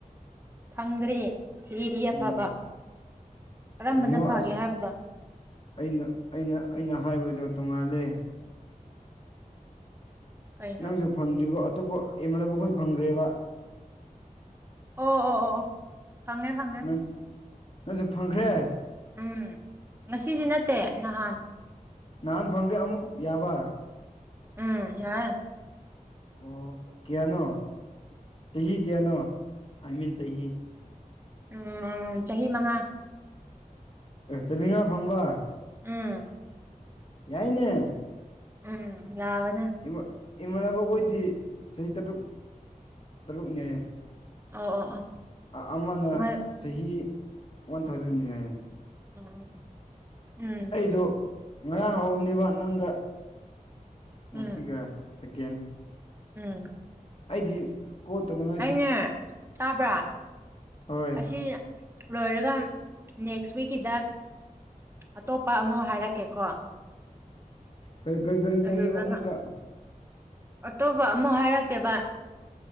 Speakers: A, on the right; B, on the left.
A: ꯐꯪꯗ꯭ꯔꯤ ꯊꯤꯔꯤ ꯑꯐꯕ
B: ꯎꯝ
A: ꯀꯔꯝꯕꯅ
B: ꯀꯩꯅꯣ
A: ꯐꯒꯦ
B: ꯑꯁ
A: ꯍꯥꯏꯕꯗꯣ
B: ꯑꯩꯅ ꯑꯩꯅ ꯑꯩꯅ ꯍꯥꯏꯕꯗꯣ ꯇꯣꯡꯉꯥꯜꯂꯦ
A: ꯀꯩꯅꯣ
B: ꯅꯪꯁꯨ ꯐꯪꯗ꯭ꯔꯤꯀꯣ ꯑꯇꯣꯞꯄ ꯏꯃꯥꯟꯅꯕ ꯈꯣꯏ ꯐꯪꯈ꯭ꯔꯦꯕ
A: ꯑꯣ ꯑꯣ ꯑꯣ ꯐꯪꯉꯦ ꯐꯪꯉꯦ
B: ꯅꯪ ꯅꯪꯁꯨ ꯐꯪꯈ꯭ꯔꯦ
A: ꯎꯝ ꯉꯁꯤꯗꯤ ꯅꯠꯇꯦ ꯅꯍꯥꯟ
B: ꯅꯍꯥꯟ ꯐꯪꯈꯔ‌ꯦ ꯑꯃꯨꯛ ꯌꯥꯕ
A: ꯎꯝ ꯌꯥꯏ
B: ꯑꯣ ꯀꯌꯥꯅꯣ ꯆꯍꯤ ꯀꯌꯥꯅꯣ ꯑꯥꯏ ꯃꯤꯟ ꯆꯍꯤ
A: ꯎꯝ ꯆꯍꯤ ꯃꯉꯥ
B: ꯑꯦ ꯆꯥꯃꯤꯉꯥ ꯐꯪꯕ
A: ꯎꯝ
B: ꯌꯥꯏꯅꯦ
A: ꯎꯝ ꯌꯥꯕꯅ‌ꯦ
B: ꯏꯃꯥꯟ ꯏꯃꯥꯟꯅꯕꯈꯣꯏꯗꯤ ꯆꯍꯤ ꯇꯔꯨꯛ ꯇꯔꯨꯛꯅꯦꯌꯦ
A: ꯑꯣ ꯑꯣ ꯑꯣ
B: ꯑꯥ ꯑꯃꯅ
A: ꯃꯣꯏ
B: ꯆꯍꯤ ꯋꯥꯟ ꯊꯥꯎꯖꯟꯅ‌ꯦ ꯍꯥꯏꯌꯦ
A: ꯑꯣ ꯑꯣ ꯎꯝ
B: ꯑꯩꯗ‌ꯣ ꯉꯔꯥꯡ ꯍꯧꯕꯅꯦꯕ ꯅꯪꯒ ꯉꯁꯤꯒ
A: ꯎꯝ
B: ꯁꯦꯀꯦꯟ
A: ꯎꯝ
B: ꯑꯩꯗꯤ ꯀꯣꯜ ꯇꯧꯅꯤꯉꯥꯏ
A: ꯑꯩꯅꯦ ꯇꯕ꯭ꯔꯥ
B: ꯍꯣꯏ
A: ꯑꯁꯤ ꯂꯣꯏꯔꯒ ꯅꯦꯛꯁ ꯋꯤꯛꯀꯤꯗ ꯑꯇꯣꯞꯄ ꯑꯃ ꯍꯥꯏꯔꯛꯀꯦꯀꯣ
B: ꯀꯔꯤ ꯀꯔꯤ ꯀꯔꯤ
A: ꯑꯗꯨꯗꯨꯒ
B: ꯀꯔꯤꯕ ꯑꯃꯨꯛꯀ
A: ꯑꯇꯣꯞꯄ ꯑꯃꯨꯛ ꯍꯥꯏꯔꯛꯀꯦꯕ